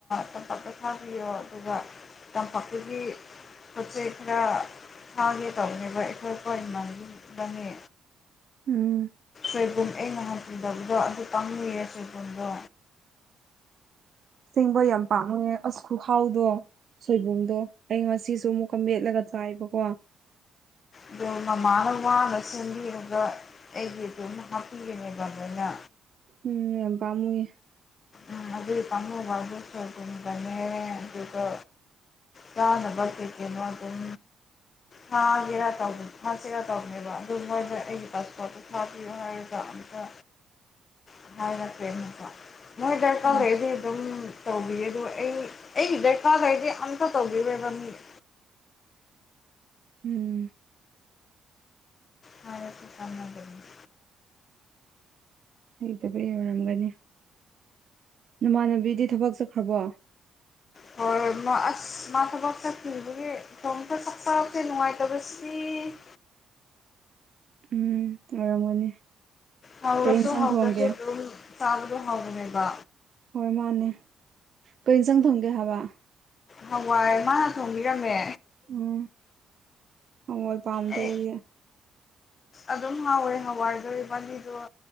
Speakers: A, on the left (about 45°); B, on the right (about 55°).
A: ꯇꯝꯄꯥꯛ ꯊꯥꯕꯤꯌꯣ ꯑꯗꯨꯒ ꯇꯝꯄꯥꯛꯇꯨꯒꯤ ꯄꯣꯠ ꯆꯩ ꯈꯔ ꯊꯥꯡꯒꯦ ꯇꯧꯅꯦꯕ ꯑꯩꯈꯣꯏ ꯈꯋꯥ ꯏꯃꯥꯟꯅꯕꯤ ꯢꯕꯥꯟꯅꯤ
B: ꯎꯝ
A: ꯁꯣꯏꯕꯨꯝ ꯑꯩ ꯅꯍꯥꯟ ꯄꯨꯗꯕꯗꯣ ꯑꯗꯨ ꯄꯥꯃꯨꯏꯌꯦ ꯁꯣꯏꯕꯨꯝꯗꯣ
B: ꯁꯦꯡꯕ ꯌꯥꯝ ꯄꯥꯝꯃꯨꯏꯑꯦ ꯑꯁ ꯈꯨꯍꯥꯎꯗꯣ ꯁꯣꯏꯕꯨꯝꯗꯣ ꯑꯩ ꯉꯁꯤunintelligible ꯑꯗꯨ ꯑꯃꯨꯛꯀ ꯃꯦꯠꯂꯒ ꯆꯥꯏꯕꯀꯣ
A: ꯑꯗꯣ ꯃꯃꯥꯅ ꯋꯥꯅ ꯁꯦꯝꯕꯤꯔꯒ ꯑꯩꯒꯤ ꯑꯗꯨꯝ ꯍꯥꯞꯄꯤꯕꯅꯦꯕ ꯃꯣꯏꯅ
B: ꯎꯝ ꯌꯥꯝ ꯄꯥꯝꯃꯨꯌꯦ
A: ꯎꯝ ꯑꯗꯨꯒꯤ ꯄꯥꯝꯃꯨꯕꯕꯨ ꯁꯣꯏꯕꯨꯝꯒꯅꯦ ꯑꯗꯨꯒ ꯆꯥꯅꯕ ꯀꯩ ꯀꯩꯅꯣ ꯑꯗꯨꯝ ꯍꯒꯦꯔ ꯇꯧꯅꯤ inaudible ꯁꯤꯦꯔ ꯇꯧꯔꯅꯦꯕ ꯑꯗꯨ ꯉꯧꯕꯩ ꯑꯩꯒꯤ ꯄꯥꯁꯋꯥꯔꯗꯇꯣ inaudibleꯍꯥꯏꯔꯒ ꯑꯝꯇ
B: inaudible
A: inaudible ꯅꯣꯏ ꯗꯔꯀꯥ꯭ꯔ
B: ꯑ,
A: ꯂꯩꯔꯗꯤ ꯑꯗꯨꯝ ꯇꯧꯕꯤꯌꯦ ꯑꯗꯨꯒ ꯑꯩ ꯑꯩꯒꯤ ꯗꯔꯀꯥꯔ ꯂꯩꯔꯗꯤ ꯑꯝꯇ ꯇꯧꯕꯤꯔꯣꯏꯕ ꯃꯤꯅ
B: ꯎꯝ
A: ꯍꯥꯏꯔꯁꯨ ꯀꯥꯟꯅꯗꯝꯅꯦ
B: ꯍꯩꯇꯕꯩ ꯑꯣꯏꯔꯝꯒꯅꯤ ꯅꯃꯥꯟꯅꯕꯤꯗꯤ ꯊꯕꯛ ꯆꯠꯈ꯭ꯔꯕꯣ
A: inaudibleꯑꯁ ꯃꯥ ꯊꯕꯛ ꯆꯠꯈꯤꯕꯒꯤ ꯏꯇꯣꯝꯇ Inaudibleꯅꯨꯡꯉꯥꯏꯇꯕ ꯁꯤ ꯗꯤ
B: ꯎꯝ ꯑꯣꯏꯔꯝꯒꯅꯤ
A: ꯍꯥꯎꯔꯁꯨ
B: ꯀꯩ ꯏꯟꯁꯥꯡ
A: ꯍꯥꯎꯇꯔꯁꯨ
B: ꯊꯣꯡꯒꯦ
A: ꯑꯗꯨꯝ ꯆꯥꯕꯗꯣ ꯍꯥꯎꯕꯅꯦꯕ
B: ꯍꯣꯏ ꯃꯥꯅꯦ ꯀꯔꯤ ꯏꯟꯁꯥꯡ ꯊꯣꯡꯒꯦ ꯍꯥꯏꯕ
A: ꯍꯋꯥꯏ ꯃꯥꯅ ꯊꯣꯡꯕꯤꯔꯝꯃꯦ
B: ꯎꯝ ꯍꯋꯥꯏ ꯄꯥꯝꯗꯦ
A: ꯑꯩ
B: ꯑꯩꯗꯤ
A: ꯑꯗꯨꯝ ꯍꯥꯎꯋꯦ ꯍꯋꯥꯏ inaudible